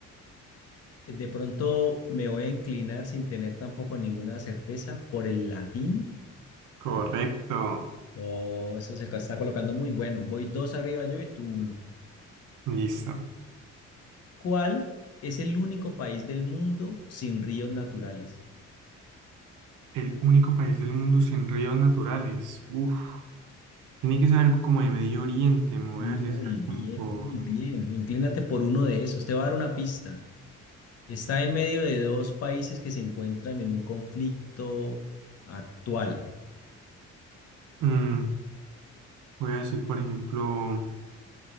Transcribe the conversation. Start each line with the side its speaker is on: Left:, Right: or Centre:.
Left: De pronto me voy a inclinar sin tener tampoco ninguna certeza por el latín.
Right: Correcto.
Left: Oh, eso se ca- está colocando muy bueno. Voy dos arriba yo y tú uno.
Right: Listo.
Left: ¿Cuál es el único país del mundo sin ríos naturales?
Right: El único país del mundo sin ríos naturales. Uf. Tiene que ser algo como de Medio Oriente. Me
Left: Muy
Right: voy a arriesgar
Left: bien,
Right: como por...
Left: muy bien. Inclínate por uno de esos. Te voy a dar una pista. Está en medio de dos países que se encuentran en un conflicto actual.
Right: mm, voy a decir, por ejemplo,